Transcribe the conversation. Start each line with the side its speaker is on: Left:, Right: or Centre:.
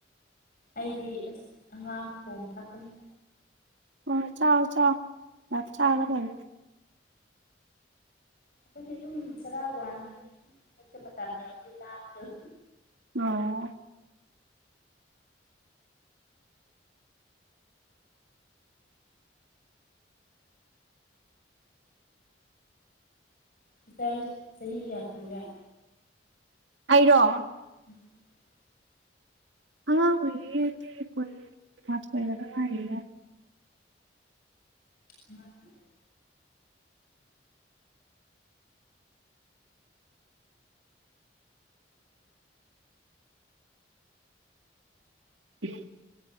Left: ꯑꯩꯗꯤ ꯑꯁ ꯑꯉꯥꯡ ꯈꯣꯝ ꯊꯥꯛꯄꯅꯤ
Right: ꯑꯣ ꯆꯥꯎꯑꯣ ꯆꯥꯎꯑꯣ ꯌꯥꯝ ꯆꯥꯒꯗꯝꯅꯤ
Left: ꯑꯩꯈꯣꯏꯗꯤ ꯑꯗꯨꯝ ꯆꯔꯥ ꯋꯥꯟꯕꯒꯤ ꯍꯦꯛꯇ ꯃꯇꯝ ꯌꯧꯔꯗꯤ ꯂꯥꯕꯗꯨ
Right: ꯉꯧ
Left: ꯁꯤꯁꯇ꯭ꯔꯗꯤ ꯆꯍꯤ ꯀꯌꯥ ꯁꯨꯔꯒꯦ
Right: ꯑꯩꯔꯣ
Left: <unintelligible>
Right: ꯑꯉꯥꯡ ꯑꯣꯏꯔꯤꯌꯦ ꯑꯩꯗꯤ ꯀꯨꯟ ꯀꯨꯟꯃꯊꯣꯏꯈꯇꯪ ꯉꯥꯏꯔꯤꯌꯦ
Left: <unintelligible>
Right: ꯎꯝ